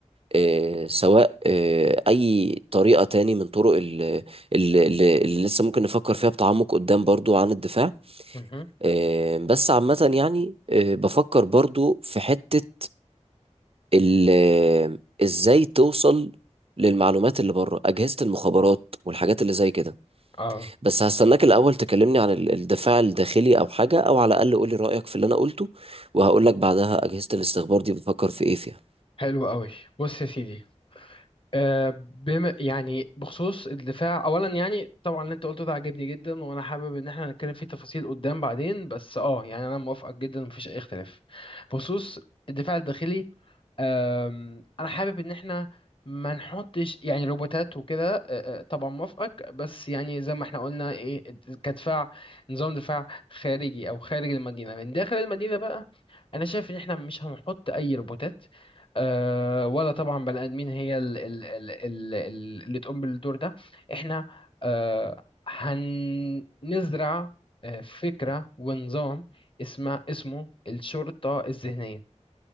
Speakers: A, on the right; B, on the left.
A: آه، سواء آه، اي طريقة تاني من طرق ال- ال- ال- اللي لسه ممكن نفكر فيها بتعمق قدام برضو عن الدفاع
B: مهم.
A: آه، بس عامة يعني آه، بفكر برضو في حتة ال- آه، ازاي توصل للمعلومات اللي بره أجهزة المخابرات والحاجات اللي زي كده
B: اه
A: بس هستناك الأول تكلمني عن ال- الدفاع الداخلي أو حاجة أو على الأقل قولي رأيك في اللي أنا قلته وهقول لك بعدها أجهزة الاستخبار دي بفكر في إيه فيها
B: حلو قوي بص يا سيدي آه، بما يعني بخصوص الدفاع اولا يعني طبعا اللي انت قلته ده عجبني جدا وانا حابب ان احنا نتكلم فيه تفاصيل قدام بعدين بس اه يعني انا موافقك جدا مفيش اي اختلاف بخصوص الدفاع الداخلي أم، انا حابب ان احنا ما نحطش يعني روبوتات وكده أه، أه، طبعا موافقك بس يعني زي ما احنا قلنا ايه كدفاع نظام دفاع خارجي او خارج المدينه من داخل المدينه بقى انا شايف ان احنا مش هنحط اي روبوتات أه، ولا طبعا بني ادمين هي ال- ال- ال- ال- ال- اللي تقوم بالدور ده احنا أه، هنزرع أه، فكره ونظام اسمه اسمه الشرطه الذهنيه